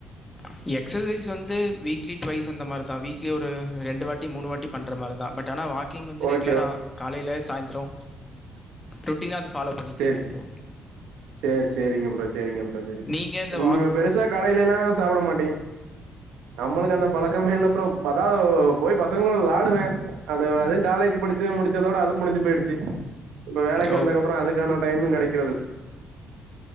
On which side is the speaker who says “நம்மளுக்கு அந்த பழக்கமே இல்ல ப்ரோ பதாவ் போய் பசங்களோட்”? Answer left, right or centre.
Right